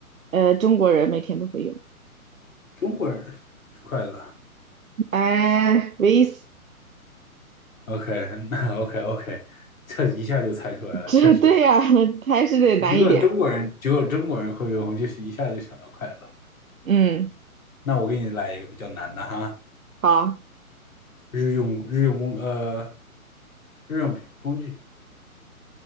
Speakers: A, on the right (about 65°); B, on the left (about 65°).
A: 呃中国人每天都会用。
B: 中国人，筷子。
A: 哎，唯一死
B: OK，<laughs> 那 OK，OK，这一下就猜出来了。
A: <laughs> 这对呀、
B: 确实，
A: <laughs> 还是得难一点。
B: 一个中国人只有中国人会用，我就是一下就想到筷子了
A: 嗯，
B: 那我给你来一个比较难的哈，
A: 好，
B: 日用日用工呃日用品工具。